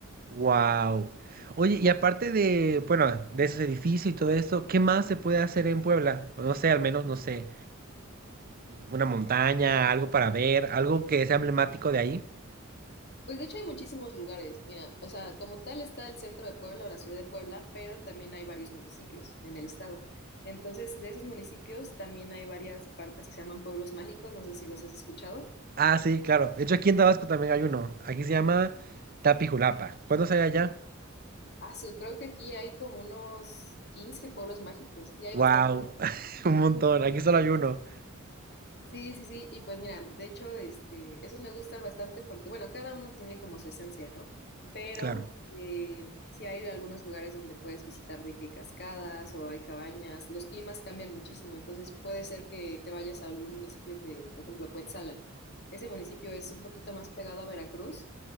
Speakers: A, on the right; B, on the left.
A: Wow. Oye, y aparte de, bueno, de esos edificios y todo esto, ¿qué más se puede hacer en Puebla? O no sé, al menos, no sé, una montaña, algo para ver, algo que sea emblemático de ahí.
B: Pues de hecho hay muchísimos lugares, mira, o sea, como tal está el centro de Puebla o la ciudad de Puebla, pero también hay varios municipios en el estado. Entonces, de esos municipios también hay varias partes que se llaman pueblos mágicos, no sé si los has escuchado.
A: Ah, sí, claro. De hecho, aquí en Tabasco también hay uno. Aquí se llama Tapijulapa. ¿Cuántos hay allá?
B: Ah, su- creo que aquí hay como unos 15 pueblos mágicos, y hay
A: Wow,
B: bastantes.
A: <laughs> un montón. Aquí solo hay uno.
B: Sí, sí, sí, y pues mira, de hecho, este, esos me gustan bastante porque, bueno, cada uno tiene como su esencia, ¿no? Pero
A: Claro.
B: eh, sí hay algunos lugares donde puedes visitar de que cascadas o hay cabañas, los climas cambian muchísimo, entonces puede ser que te vayas a algún municipio que, por ejemplo, Cuetzalan. Ese municipio es un poquito más pegado a Veracruz